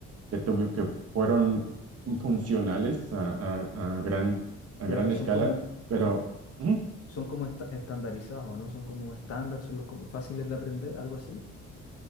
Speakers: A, on the right; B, on the left.
A: que, tuvi- que fueron funcionales a, a- a gran, a
B: Claro,
A: gran
B: son
A: escala,
B: como,
A: pero
B: son,
A: ujú,
B: son como esta- estandarizados, ¿no? Son como estándar, son los como fáciles de aprender, algo así,